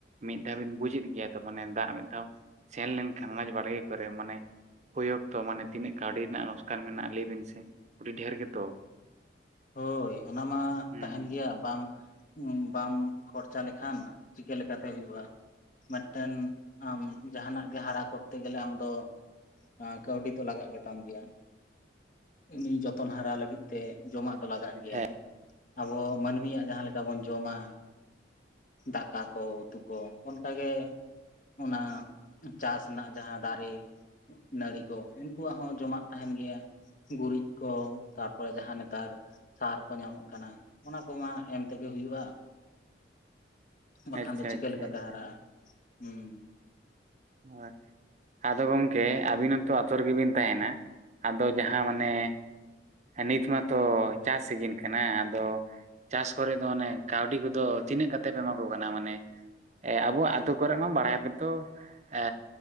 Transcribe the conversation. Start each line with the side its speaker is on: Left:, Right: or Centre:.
Right: ᱢᱤᱫ ᱫᱷᱟᱣ ᱵᱤᱱ ᱵᱩᱡᱮᱫ ᱜᱮᱭᱟ ᱛᱚ ᱢᱟᱱᱮ ᱫᱟᱜ ᱢᱤᱫ ᱫᱷᱟᱣ ᱥᱮᱱ ᱞᱮᱱᱠᱷᱟᱱ ᱟᱱᱟᱡᱽ ᱵᱟᱲᱜᱮ ᱠᱚᱨᱮ ᱢᱟᱱᱮ ᱦᱩᱭᱩᱜ ᱛᱚ ᱢᱟᱱᱮ ᱛᱤᱱᱟᱹᱜ ᱠᱟᱹᱣᱰᱤ ᱨᱮᱱᱟᱜ ᱱᱚᱥᱠᱟᱱ ᱢᱮᱱᱟᱜ-ᱟ ᱞᱟᱹᱭ ᱵᱤᱱ ᱥᱮ ᱟᱹᱰᱤ ᱰᱷᱮᱨ ᱜᱮᱛᱚ
Left: ᱦᱳᱭ ᱚᱱᱟ ᱢᱟ
Right: ᱦᱩᱸ
Left: ᱛᱟᱦᱮᱱ ᱜᱮᱭᱟ ᱵᱟᱢ ᱵᱟᱢ ᱠᱷᱚᱨᱪᱟ ᱞᱮᱠᱷᱟᱱ ᱪᱤᱠᱟᱹ ᱞᱮᱠᱟᱛᱮ ᱦᱩᱭᱩᱜ-ᱟ ᱢᱮᱫᱴᱮᱱ ᱟᱢ ᱡᱟᱦᱟᱱᱟᱜ ᱜᱮ ᱦᱟᱨᱟ ᱠᱚᱨᱛᱮ ᱜᱮᱞᱮ ᱟᱢᱫᱚ ᱟ ᱠᱟᱹᱣᱰᱤ ᱫᱚ ᱞᱟᱜᱟᱜ ᱜᱮᱛᱟᱢ ᱜᱮᱭᱟ ᱩᱱᱤ ᱡᱚᱛᱚᱱ ᱦᱟᱨᱟ ᱞᱟᱹᱜᱤᱫ ᱛᱮ ᱡᱚᱢᱟᱜ ᱫᱚ ᱞᱟᱜᱟᱜ ᱜᱮᱭᱟ
Right: ᱦᱩᱸ
Left: ᱟᱵᱚ ᱢᱟᱹᱱᱢᱤᱭᱟᱜ ᱡᱟᱦᱟᱸ ᱞᱮᱠᱟ ᱵᱚᱱ ᱡᱚᱢᱟ ᱫᱟᱠᱟ ᱠᱚ ᱩᱛᱩ ᱠᱚ ᱚᱱᱠᱟ ᱜᱮ ᱚᱱᱟ ᱪᱟᱥ ᱨᱮᱱᱟᱜ ᱡᱟᱦᱟᱸ ᱫᱟᱨᱮ ᱱᱟᱹᱲᱤ ᱠᱚ ᱩᱱᱠᱩᱣᱟᱜ ᱦᱚᱸ ᱡᱚᱢᱟᱜ ᱛᱟᱦᱮᱱ ᱜᱮᱭᱟ ᱜᱩᱨᱤᱡ ᱠᱚ ᱛᱟᱨᱯᱚᱨᱮ ᱡᱟᱦᱟᱱ ᱱᱮᱛᱟᱨ ᱥᱟᱨ ᱠᱚ ᱧᱟᱢᱚᱜ ᱠᱟᱱᱟ ᱚᱱᱟ ᱠᱚᱢᱟ ᱮᱢ ᱛᱮᱜᱮ ᱦᱩᱭᱩᱜ-ᱟ ᱵᱟᱠᱷᱟᱱ
Right: ᱟᱪᱪᱷᱟ
Left: ᱫᱚ ᱪᱤᱠᱟᱹ
Right: ᱟᱪᱪᱷᱟ
Left: ᱞᱮᱠᱟ
Right: ᱟᱪᱪᱷᱟ
Left: ᱛᱮ ᱦᱟᱨᱟᱜ-ᱟ ᱦᱩᱸ
Right: ᱦᱳᱭ ᱟᱫᱚ ᱜᱚᱝᱠᱮ ᱟᱵᱤᱱ ᱦᱚᱸᱛᱚ ᱟᱛᱳ ᱨᱮᱜᱮ ᱵᱤᱱ ᱛᱟᱦᱮᱱᱟ ᱟᱫᱚ ᱡᱟᱦᱟᱸ ᱢᱟᱱᱮ ᱱᱤᱛ ᱢᱟᱛᱚ ᱪᱟᱥ ᱥᱤᱡᱤᱱ ᱠᱟᱱᱟ ᱟᱫᱚ ᱪᱟᱥ ᱠᱚᱨᱮ ᱫᱚ ᱚᱱᱮ ᱠᱟᱹᱣᱰᱤ ᱠᱚᱫᱚ ᱛᱤᱱᱟᱹᱜ ᱠᱟᱛᱮ ᱯᱮ ᱮᱢᱟ ᱠᱚ ᱠᱟᱱᱟ? ᱢᱟᱱᱮ ᱮ ᱟᱵᱚ ᱟᱛᱳ ᱠᱚᱨᱮ ᱢᱟ ᱵᱟᱲᱟᱭᱟᱯᱮ ᱛᱚ ᱮᱻ